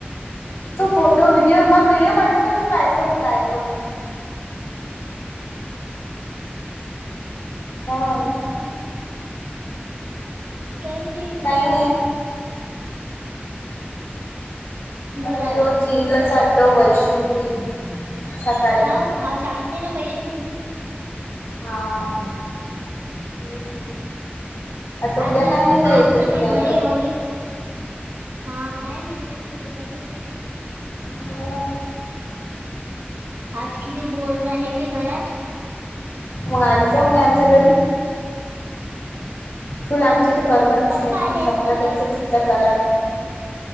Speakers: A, on the left (about 80°); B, on the right (about 75°).
A: तू फोटो व्हिडिओ मला व्हिडिओ पाठवून दे मी पाहतो ट्राय करून. हो
B: हम्म
A: ना.
B: काही नाही अजून.
A: काही नाही
B: बोला
A: आम्ही
B: लागते
A: रोज जीमला
B: पप्पा
A: चाललो वैशु आणि मी. सकाळी
B: हा हा शांगते ना वैषो दीदी.
A: हा. हम्म. आता उद्या
B: आज
A: काय
B: मग
A: माहिती येते
B: आज तर
A: की
B: मी
A: नाही
B: घरी एवढी. हा काय माहीत कितीे कस हो.
A: हो.
B: आज किती बोर झाले मी घरात.
A: मग आली का नाही आमच्या घरी. तूला आमची इथं तर करमतच
B: पप्पा
A: नाही त
B: आले
A: सपनातच
B: असते मग
A: चिता करालोय.